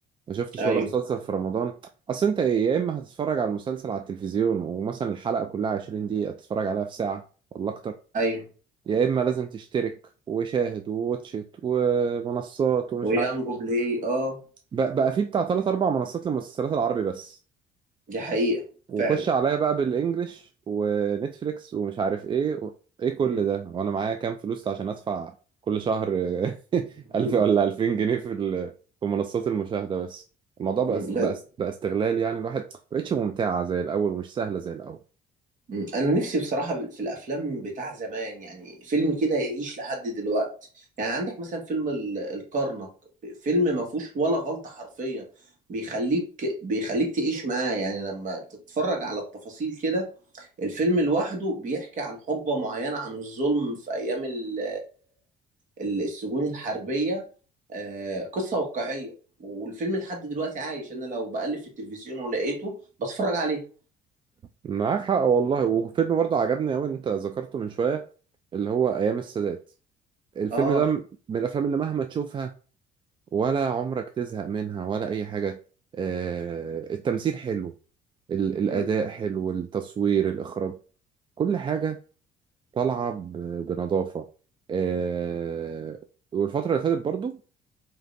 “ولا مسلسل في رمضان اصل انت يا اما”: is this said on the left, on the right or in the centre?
Right